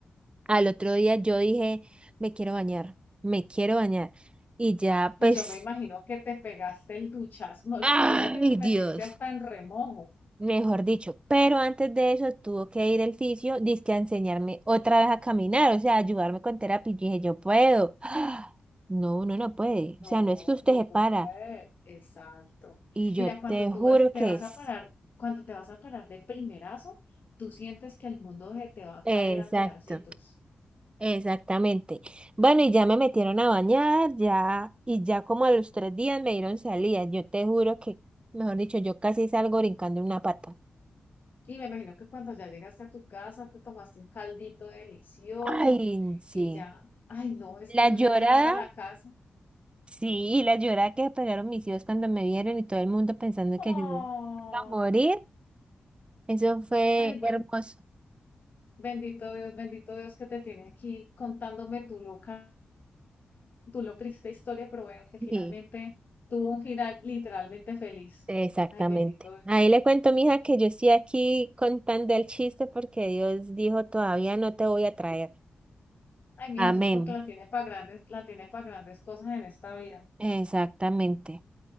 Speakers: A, on the right (about 30°); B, on the left (about 60°).
A: Al otro día yo dije, me quiero bañar, me quiero bañar. Y ya
B: Y
A: pues,
B: yo me imagino que te pegaste el duchazo. No, yo,
A: ay
B: yo creo que te metiste
A: Dios,
B: hasta en remojo.
A: mejor dicho. Pero antes de eso tuvo que ir el fisio, dizque a enseñarme otra vez a caminar, o sea, ayudarme con terapia. Y yo dije, yo puedo. <gasps> No, uno no puede. O
B: No,
A: sea, no es que usted
B: ningún
A: se para.
B: puede. Exacto.
A: Y yo
B: Mira,
A: te
B: cuando tú
A: juro
B: vas, te
A: que
B: vas
A: es.
B: a parar, cuando te vas a parar de primerazo, tú sientes que el mundo se te va a
A: Exacto,
B: caer a pedacitos.
A: exactamente. Bueno, y ya me metieron a bañar, ya, y ya como a los tres días me dieron salida. Yo te juro que, mejor dicho, yo casi salgo brincando en una pata.
B: Y me imagino que cuando ya llegaste a tu casa, te tomaste un caldito delicioso
A: Ay, sí.
B: y ya, ay no, es
A: La
B: que uno
A: llorada,
B: ya llegar a la casa.
A: sí, la llorada que pegaron mis hijos cuando me vieron y todo el mundo pensando
B: Oh,
A: que yo iba a morir, eso fue
B: ay bueno,
A: hermoso.
B: bendito Dios, bendito Dios que te tiene aquí contándome tu loca, tu lo triste historia, pero bueno, que
A: Sí,
B: finalmente tuvo un final literalmente feliz.
A: exactamente.
B: Ay, bendito Dios.
A: Ahí le cuento, mija, que yo estoy aquí contando el chiste porque Dios dijo, todavía no te voy a traer.
B: Ay, mija,
A: Amén.
B: eso es porque la tiene para grandes, la tiene para grandes cosas en esta vida.
A: Exactamente.